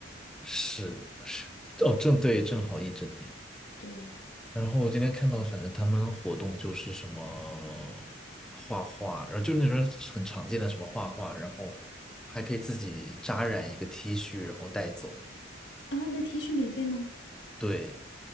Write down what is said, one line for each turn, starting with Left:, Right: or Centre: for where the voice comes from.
Centre: 是是哦，正对，正好一整年。
Left: 对，
Centre: 然后我今天看到，反正他们活动就是什么画画，然后就是那种很常见的什么画画，然后还可以自己扎染一个 T 恤，然后带走。
Left: 啊，那 T 恤免费吗？
Centre: 对，